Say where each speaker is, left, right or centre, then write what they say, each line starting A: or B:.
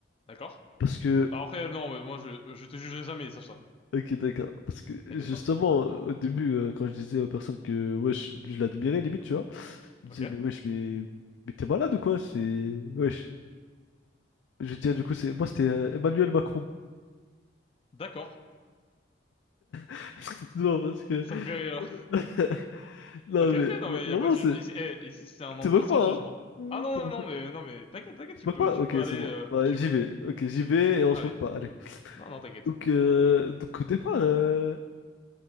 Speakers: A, on the left; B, on the left.
A: D'accord.
B: Parce que.
A: Alors après euh, non mais moi je je te jugerai jamais sache ça.
B: Ok, d'accord. Parce que justement,
A: T'inquiète pas.
B: au début, euh, quand je disais aux personnes que ouais, je, je l'admirais limite, tu vois, ils me
A: Ok.
B: disaient, mais wesh, mais, mais t'es malade ou quoi? C'est. Wesh. Je veux dire, du coup, c'est moi, c'était euh, Emmanuel Macron.
A: D'accord.
B: <laughs> Non, parce que.
A: Ça
B: <laughs>
A: me fait rire.
B: Non,
A: Ok,
B: mais
A: ok, non mais
B: vraiment,
A: y a pas de jugement.
B: c'est.
A: Ici, eh, ici c'est un endroit
B: Te moques
A: sans
B: pas,
A: jugement.
B: hein? Euh,
A: Ah non,
B: Tu
A: non, non, mais non, mais t'inquiète, t'inquiète, tu
B: te moques
A: peux,
B: pas?
A: tu
B: Ok,
A: peux aller
B: c'est
A: euh,
B: bon. Bah,
A: où tu
B: j'y
A: veux.
B: vais. Ok, j'y vais et on
A: Allez,
B: se moque pas. Allez.
A: non, non, t'inquiète.
B: Donc, euh, donc au départ, euh,